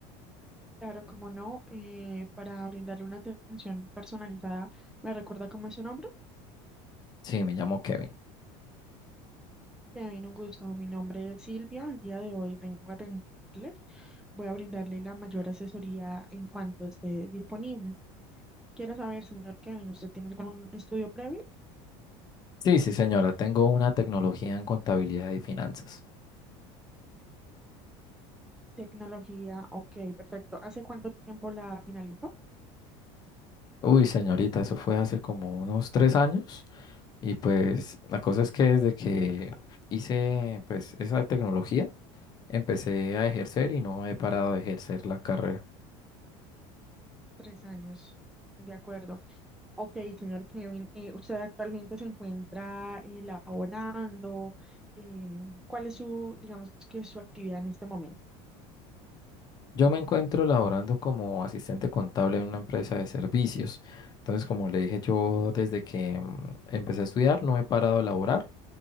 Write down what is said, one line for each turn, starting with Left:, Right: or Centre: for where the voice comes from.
Centre: Claro, como no, eh, para brindarle una atención personalizada, ¿me recuerda cómo es su nombre?
Left: Sí, me llamo Kevin.
Centre: Que bien, un gusto. Mi nombre es Silvia, el día de hoy vengo a atenderle. Voy a brindarle la mayor asesoría en cuanto esté disponible. Quiero saber, señor Kevin, ¿usted tiene algún estudio previo?
Left: Sí, sí, señora, tengo una tecnología en contabilidad y finanzas.
Centre: Tecnología, ok, perfecto. ¿Hace cuánto tiempo la finalizó?
Left: Uy, señorita, eso fue hace como unos tres años y pues la cosa es que desde que hice pues esa tecnología empecé a ejercer y no he parado de ejercer la carrera.
Centre: Tres años, de acuerdo. Ok, señor Kevin, eh, ¿usted actualmente se encuentra eh, laborando? Em, ¿cuál es su, digamos que su actividad en este momento?
Left: Yo me encuentro laborando como asistente contable en una empresa de servicios. Entonces, como le dije, yo desde que mm, empecé a estudiar no he parado de laborar.